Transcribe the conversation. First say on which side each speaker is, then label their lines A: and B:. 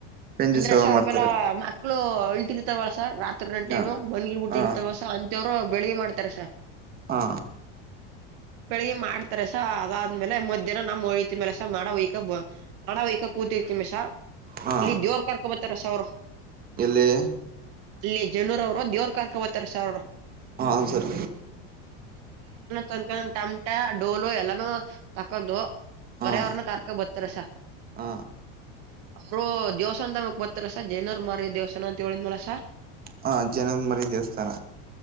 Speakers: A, on the right; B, on the right.
A: ಪೆಂಜಿ
B: ಅಂದ್ರಸ
A: ಸೇವ
B: ಆಮೆಲ
A: ಮಾಡ್ತಾರೆ
B: ಮಕ್ಳು ಅಳ್ತಿರ್ತಾವಲ್ಲ ಸರ್ ರಾತ್ ತ್ರಿ ಒನ್ನೊಂದ್
A: ಹಾ
B: ಟೈಮ್ ಮನ್ಗಿರ್ ಬಿಡ್ತಿರ್ತವಸ
A: ಹಾ
B: ಅಂತವ್ರು ಬೆಳಿಗ್ ಮಾಡ್ತಾರೆ ಸಾ
A: ಹಾ
B: ಬೇಳಗಿ ಮಾಡ್ತಾರಸ ಅದಾದ್ಮೇಲೆ ಮಧ್ಯಾಹ್ನ ನಮ್ ಹೊಳತಿ ಮ್ಯಲೆಸ ಮಾಡವಕ ಮಾಡಯಕ ಕೂತಿರ್ತಿಮಿಸ.
A: ಹಾ
B: ಅಲ್ಲಿ ದೇವ್ರ್ ಕರ್ಕೊ ಬತ್ತಾರೆಸ ಅವ್ರು.
A: ಎಲ್ಲಿ
B: ಅಲ್ಲಿ ಜನರ ಅವರು ದೆವ್ರ್ ಕರ್ಕೊ ಬತ್ತಾರೆ ಸಾರ್ ಅವ್ರು.
A: ಹ ಹಾನ್ ಸರ್
B: ತನ್ಕ ನಮ್ ತಮಟಾ ಡೋಲು ಎಲ್ಲಾನೂ ತಕೊಂದು
A: ಹಾ
B: ಹೊರೆ ಅವ್ರುನ್ನು ಕರ್ಕ ಬತ್ತಾರೆಸ
A: ಹ
B: ಅವರು ದೇವಸ್ಥಾನ ತಮಕ್ ಬರ್ತಾರ ಸ ಜೈನವರು ಮಾರಿ ದೇವಸ್ಥಾನ ಅಂತ ಹೇಳಿದ್ನಲ ಸಾರ್.
A: ಹ ಜನಮ್ ಮರಿ ದೇವಸ್ಥಾನ